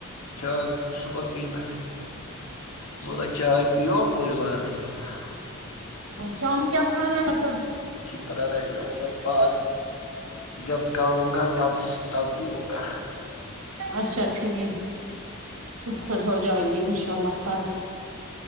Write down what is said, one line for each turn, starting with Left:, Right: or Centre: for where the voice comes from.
Left: چاے صبح پینا ہے م ل <inaudible> چائے پیو کوئی بات نہیں ہے جا <unintelligible>
Right: شام کیا کھانا ہے مطلب
Left: طر رہے جاؤ پ جب کروں گا تب تب پیوں گا
Right: اچھا ٹھیک پھر ہو جائے گی انشاء اللہ فرق